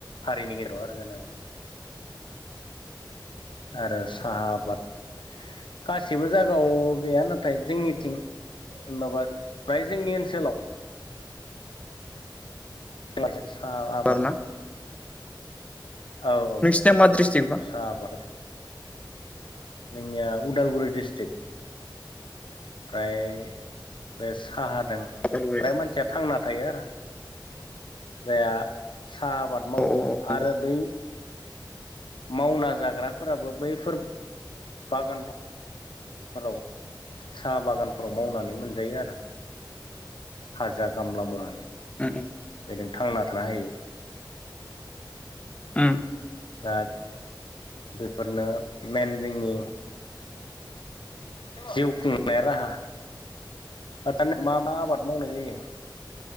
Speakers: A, on the left; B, on the left.
A: हारिनि गेजेराव आरो जेनेबा आरो साहा आबाद गासिबो जायगायाव गैया नाथाय जोंनिथिं माबा फ्राय जोंनि ओनसोलाव <unintelligible> साहा आबाद
B: बारना
A: औ औ
B: नोंसोर ना मा दिस्थ्रिक्ट बा
A: साहा आबाद जोंनिया उदालगुरि डिस्ट्रिक्ट ओमफ्राय बे साहादों
B: उदालगुरि
A: फ्राय
B: औ
A: मानसिया थांना थायो आरो जायहा साहा आबाद मावो
B: औ औ नंगौ
A: आरो बै मावना जाग्राफोराबो बैफोर बागानफोर फोराव साहा बागानफोराव मावनानै मोनजायो आरो हाजिरा गामला मावनानै
B: उम
A: बेजों थांना थानो हायो
B: ओम
A: दा बेफोरनो मेन जोंनि जिउ खुंनाय राहा आरो मा मा आबाद मावनाय जायो